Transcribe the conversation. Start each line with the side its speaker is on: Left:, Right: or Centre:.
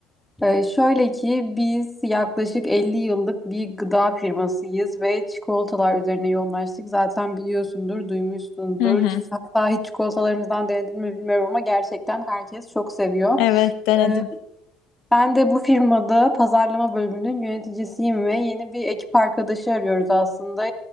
Centre: Ee, şöyle ki biz yaklaşık 50 yıllık bir gıda firmasıyız ve çikolatalar üzerine yoğunlaştık. Zaten biliyorsundur, duymuşsundur.
Left: Hı hı.
Centre: Hatta hiç çikolatalarımızdan denedin mi bilmiyorum ama gerçekten herkes çok seviyor.
Left: Evet denedim.
Centre: Ee, ben de bu firmada pazarlama bölümünün yöneticisiyim ve yeni bir ekip arkadaşı arıyoruz aslında.